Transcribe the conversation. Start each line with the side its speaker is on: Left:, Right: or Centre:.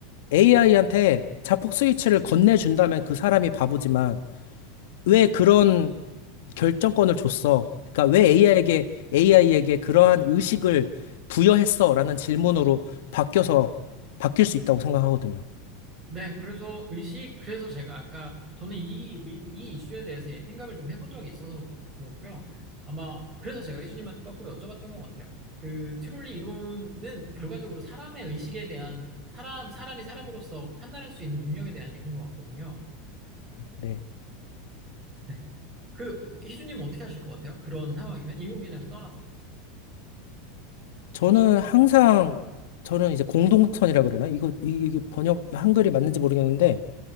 Left: AI한테 자폭 스위치를 건네준다면 그 사람이 바보지만 왜 그런 결정권을 줬어? 그러니까 왜 AI에게 AI에게 그러한 의식을 부여했어라는 질문으로 바뀌어서 바뀔 수 있다고 생각하거든요.
Right: 네, 그래서 의식, 그래서 제가 아까 저는 이, 의- 이 이슈에 대해서 생각을 좀 해본 적이 있어서 그렇- 그렇고요. 아마 그래서 제가 희준님한테 거꾸로 여쭤봤던 것 같아요. 그 트롤리 이론은 결과적으로 사람의 의식에 대한 사람, 사람이 사람으로서 판단할 수 있는 능력에 대한 얘기인 것 같거든요.
Left: 네.
Right: 네. 그 희준님은 어떻게 하실 것 같아요? 그런 상황이면 인공지능은 떠나서.
Left: 저는 항상 저는 이제 공동선이라 그러나 이거 이- 이게 번역 한글이 맞는지 모르겠는데